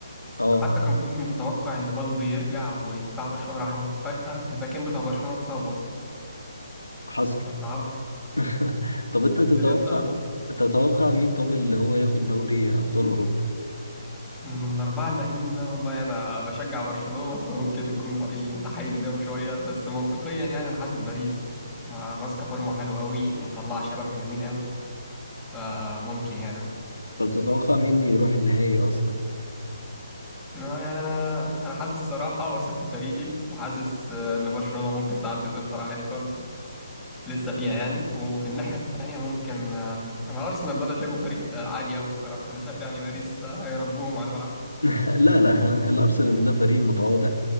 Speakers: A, on the left; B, in the centre.
A: اه
B: حتى كان كل متوقع ان بالدي يرجع ويدفع برشلونه راح فجاه الباكين بتاع برشلونه اتصابوا اصلا
A: حصل
B: فصعبت
A: <laughs> طب انت
B: الدنيا
A: تتوقع
B: صعبت
A: تتوقع مين طب اللي هو ياخد دوري ابطال اوروبا
B: من الاربعه الباقيين ده والله انا بشجع برشلونه فممكن يكون رايي متحيز ليهم شويه بس منطقيا يعني انا حاسس باريس ما- ماسكه فورمه حلوه قوي ومطلعه شباب حلوين قوي فممكن يعني
A: طب تتوقع مين يروح النهائي اصلا
B: آه، يعني انا انا حاسس الصراحه واثق في فريقي وحاسس آه، ان برشلونه ممكن تعدي الانتر عادي خالص لسه فيها يعني وفي الناحية التانية ممكن آه، أنا أرسنال ده أنا شايفه فريق آه، عادي أوي الصراحة أنا شايف يعني باريس آه، هيربوهم على ملعبهم
A: <laughs> لا لا الارسنال ده فريق متواضع